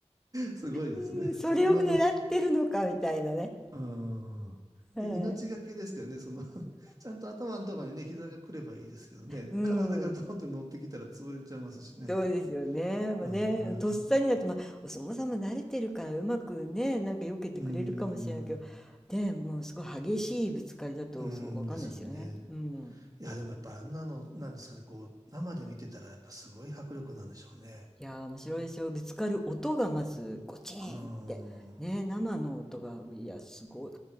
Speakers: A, on the right; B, in the centre.
A: すごいですね。
B: うん、それを狙ってるのかみたいなね。
A: そんなこと。うん。
B: はい
A: え命がけですけどね、その <laughs> ちゃんと頭のところにね、膝が来ればいいですけどね、
B: うん、
A: 体がドーンって乗ってきたら潰れちゃいますしね。
B: そうですよね。まあね、
A: うーん。
B: とっさになって、まあ、お相撲さんも慣れてるから、うまくね、なんか避けてくれるかもしれないけど、
A: うーん。
B: ね、もうすごい激しいぶつかりだと、
A: うーんですよね。
B: そう、わかんないですよね。うん。
A: いや、でもやっぱあんなの、なんですかね、こう、生で見てたらやっぱすごい迫力なんでしょうね。
B: いやー、面白いですよ。ぶつかる音がまず、ゴチーンって。
A: うーん。
B: ね、生の音が、いや、すごい。